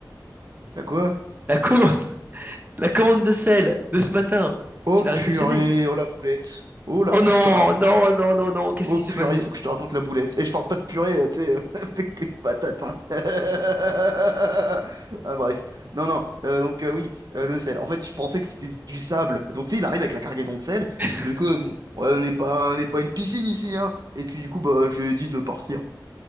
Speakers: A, on the right; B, on the right.
A: Bah quoi?
B: La commande, <laughs> la commande de sel de ce matin,
A: Oh
B: tu l'as réceptionnée?
A: purée, oh la boulette, oh là,
B: Oh
A: faut
B: non,
A: que je te raconte.
B: non, non, non, non, qu'est-ce
A: Oh
B: qui s'est
A: purée,
B: passé?
A: il faut que je te raconte la boulette. Et je parle pas de purée, euh, tu sais, euh, <laughs> avec les patates. hein. <laughs> Ah, bref. Non, non. euh, donc euh, oui, euh, le sel. En fait, je pensais que c'était du sable. Donc tu sais, il arrive avec la cargaison de sel.
B: <laughs>
A: Je dis, mais quoi, mon- ouais, on n'est pas, on n'est pas une piscine ici, hein. Et puis du coup, bah, je lui ai dit de partir.